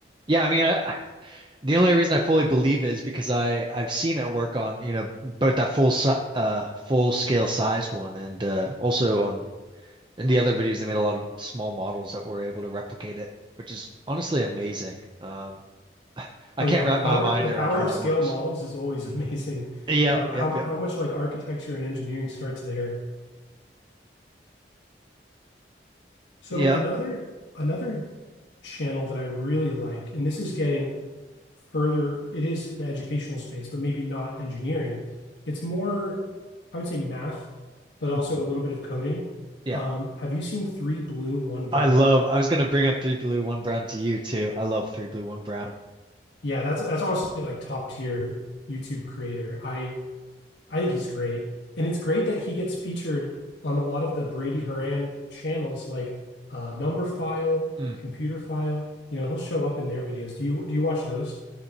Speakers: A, on the right; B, on the left.
A: Yeah, I mean, I The only reason I fully believe it is because I I've seen it work on, you know, both that full si uh full scale sized one and uh also on in the other videos they made a lot of small models that were able to replicate it, which is honestly amazing. Um I
B: Oh
A: can't
B: yeah,
A: wrap
B: the power
A: my mind
B: the
A: around
B: power
A: how
B: of
A: that
B: scale
A: works.
B: models is always <laughs> amazing.
A: Yep,
B: You know, how
A: yep, yep.
B: how much like architecture and engineering starts there. So
A: Yep.
B: another another channel that I really like, and this is getting further, it is the educational space, but maybe not engineering. It's more, I would say math, but
A: Mm,
B: also a little bit of coding.
A: yeah.
B: Um, have you seen Three Blue, One Brown?
A: I love I was gonna bring up Three Blue, One Brown to you too. I love Three Blue, One Brown.
B: Yeah, that's that's honestly like top tier YouTube creator. I I think he's great. And it's great that he gets featured on a lot of the Brady Haran channels like uh Number File,
A: Mm.
B: Computer File. You know, he'll show up in their videos. Do you do you watch those?